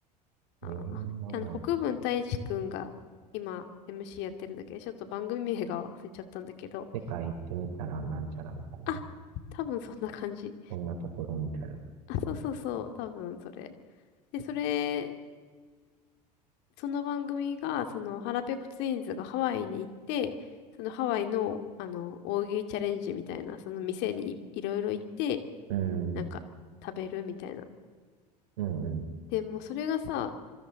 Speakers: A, on the left (about 60°); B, on the right (about 70°).
A: あ、
B: ええー、なんだろ
A: あの、国分太一くんが今、MC やってるんだけど、ちょっと番組名が忘れちゃったんだけど、
B: う。世界行ってみたらなんちゃらみたいな。
A: あ、多分そんな感じ。
B: こんなところみたいな。
A: あ、そうそうそう、多分それ。で、それ、その番組が、その、腹ペコツインズがハワイに行って、そのハワイの、あの、大食いチャレンジみたいな、その店にい、いろいろ行って、
B: うん。
A: なんか、食べるみたいな。
B: うんうん。
A: で、もうそれがさ、